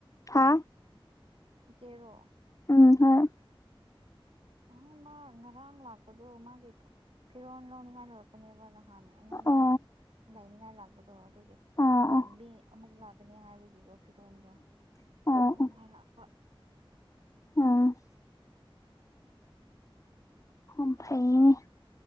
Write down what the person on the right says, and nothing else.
ꯏꯆꯦꯔꯣ
ꯎ ꯃꯥ ꯉꯔꯥꯡ ꯂꯥꯛꯄꯗꯨꯣ ꯃꯥꯒꯤ ꯐꯤꯔꯣꯜ ꯂꯧꯅꯤꯡꯉꯥꯏꯗꯨ ꯂꯄꯅꯦꯕ ꯅꯍꯥꯟ ꯑꯩꯉꯣꯟꯗ
ꯂꯥꯏꯅꯤꯡꯉꯥꯏ ꯂꯥꯛꯄꯗꯣ ꯑꯗꯨꯒꯤꯕꯥꯥꯟꯕꯤ
ꯑꯃꯨꯛ ꯂ ꯀꯅꯤ ꯍꯥꯏꯕꯒꯤꯒꯣ ꯐꯤꯔꯣꯟꯜꯗꯣ
ꯂꯧꯅꯤꯡꯉꯥꯏ
ꯂꯥꯛꯄ